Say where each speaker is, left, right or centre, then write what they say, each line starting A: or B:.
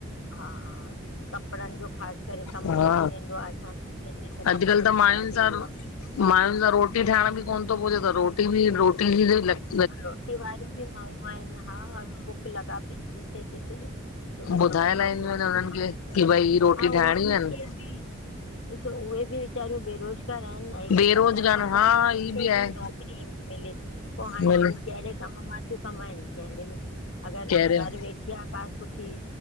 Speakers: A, on the left; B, on the left.
A: हा कपिड़नि जो ख़ासि करे कम
B: हा
A: वधी वेंदो आ, असां सिंधियुनि में।
B: अॼुकल्ह
A: कपिड़नि
B: त
A: जी
B: मायूुनि
A: ॾाढी
B: सां,
A: उहो आहे कपिड़ा
B: मायूुनि सां रोट रोटी ठाहिण ॿि कौन थो पुॼे, त रोटी बि रोटी ॼी
A: रोटी वारीूं बि माइयू आहिन, हा कुक लॻा पया आहिन जिते किथे। सुविधाऊं
B: ॿुधाए लाहींदियूं
A: सभु आहिनि,
B: हुननि खे की भई ही रोटी
A: ऐंऊ
B: ठाहिणियूं
A: उन्हनि
B: आहिनि
A: खे बि ॾिसो उहे बि वीचारियूं बेरोज़ करनि हिकु
B: बेरोज़गार
A: तरफ़ा त
B: हा
A: उन्हनि
B: ई
A: खे बि
B: आहे
A: नौकरी मिले। पो हाणे
B: भले
A: हू कहिड़े कम मां थियूं कमाइनि कहिड़े में अॻरि
B: कहिड़े
A: घर वेठे। सुठिया का सुठी